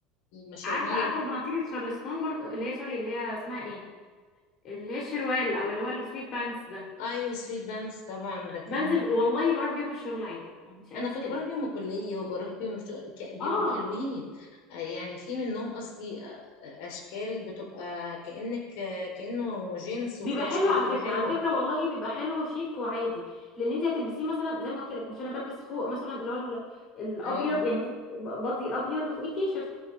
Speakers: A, on the left (about 70°); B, on the left (about 35°).
A: مشاوير
B: عارفه عارفه البناطيل الشارلستون برضو اللي هي سوري اللي هي اسمها ايه اللي هي الشروال او اللي هو السويت بانس ده
A: ايوه سويت بانس طبعا ده كان
B: بنزل والله بروح بيهم الشغل عادي مش اي
A: انا
B: مشكله
A: كنت بروح بيهم الكليه وبروح بيهم الشغل ك- بيبقوا
B: اه
A: حلوين آه، يعني في منهم اصلي آه، آه، اشكال بتبقى كانك آه، كانه جنس وفي
B: بيبقى حلو
A: اشكال
B: على
A: بتبقى
B: فكره
A: حلوه
B: على فكره والله بيبقى حلو شيك وعادي لان انت هتلبسيه مثلا زي ما قلت لك مش انا بلبس فوق مثلا اللي هو ال- الابيض
A: اه
B: يعني مثلا بادي ابيض وفوقيه تي شيرت